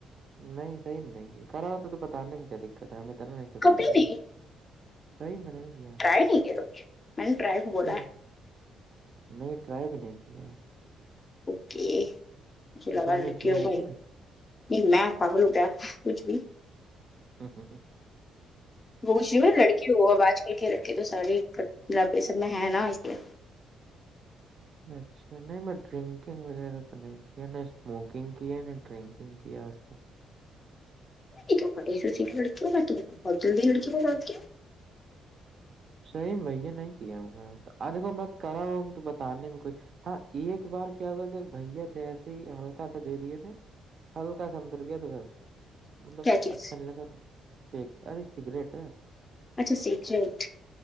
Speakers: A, on the right (about 50°); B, on the left (about 30°).
A: نہیں صحیح میں نہیں کرا ہوتا تو بتانے میں کیا دقت ہے ہمیں دنا نہیں چپاتے
B: کبھی نہیں
A: ہیں صحی میں نہیں کیا
B: ٹرائی نہیں کرو گی میں نے ٹرائی کو بولا
A: نہیں
B: ہے
A: نہیں ٹرائی بھی نہیں کی ہے
B: اوکے چل
A: تو تم نے
B: نک
A: کیا ہے
B: ہو
A: کیا
B: گ نہیں میں پاگلو پیا کچھ بھی
A: ہوں ہوں ہوں
B: وہوچ لڑکی ہو اب آج کل کے لڑکے تو ساڑے گلابے سب میں ہے نا لیے
A: اچھا چنئی میں ڈرنکنگ وغیرہ تو نہیں کیا نہ اسموکنگ کی ہے نہیں ڈرنکنگ کی آج تک
B: یک پڑی س س لڑکی ب تم کو بدل د لڑکی راتد کیا
A: صحیح بھیا نہیں کیا ہوں میں دیکو میں کرا ہوں تو بتانے میں کوئی ہاں ایک بار کیا ہوئے تھے بھیا تھے ایسے ہی ہلکا سا دے دیے تھے ہلکا سمندر کیایاد بس مطلب
B: کیا چیز
A: اچھا نہیں لگا تھا پھیک د ارے سگریٹ
B: اچھا سیکریٹ